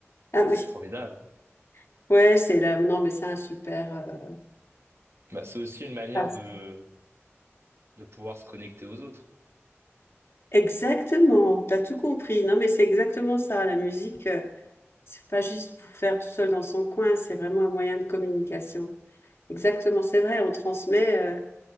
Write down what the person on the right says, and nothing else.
Bah, c'est
formidable.
Bah, c'est aussi une manière
de de pouvoir se connecter aux autres.